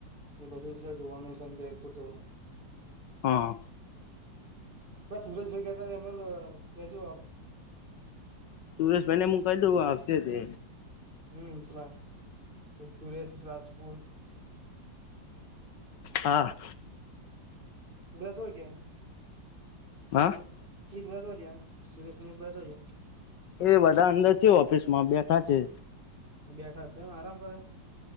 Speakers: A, on the right; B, on the left.
A: એ બધું છે જોવાનું કે જયપુર જવાનું.
B: હા
A: બસ સુરેશ ભાઈ કેતા એમ કેજો
B: સુુરશ બાઈને હું કહી દઉ આવશે તે
A: હમ પલા સુરેશ રાજપુર
B: હા
A: એ બધા તોઈ ગયા.
B: <unintelligible>
A: <unintelligible>
B: એ બધા અંદર છે ઓફિસ માં બેઠાં છે.
A: બેઠા છે એમ આરામ કરે છે.